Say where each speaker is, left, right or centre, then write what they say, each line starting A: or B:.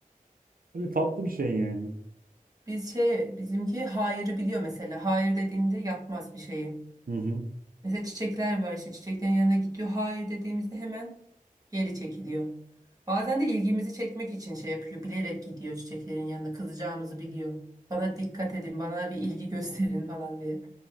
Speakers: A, on the right; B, on the right.
A: Öyle tatlı bir şey yani.
B: Biz şey, bizimki hayırı biliyor mesela. Hayır dediğinde yapmaz bir şeyi.
A: Hı hı.
B: Mesela çiçekler var işte çiçeklerin yanına gidiyor. Hayır dediğimizde hemen Geri çekiliyor. Bazen de ilgimizi çekmek için şey yapıyor. Bilerek gidiyor çiçeklerin yanına. Kızacağımızı biliyor. Bana dikkat edin, bana bir ilgi <laughs> gösterin falan diye.